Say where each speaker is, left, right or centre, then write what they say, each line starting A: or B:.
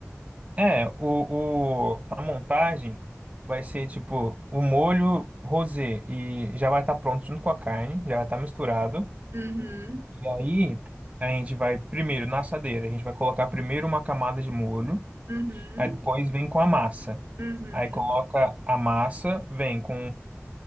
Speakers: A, on the right; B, on the right.
A: É, o, o, a montagem vai ser tipo o molho rosé e já vai estar pronto junto com a carne, já vai estar misturado.
B: Uhum,
A: E aí a gente vai primeiro na assadeira, a gente vai colocar primeiro uma camada de molho,
B: uhum,
A: aí depois vem com a massa.
B: uhum,
A: Aí coloca a massa, vem com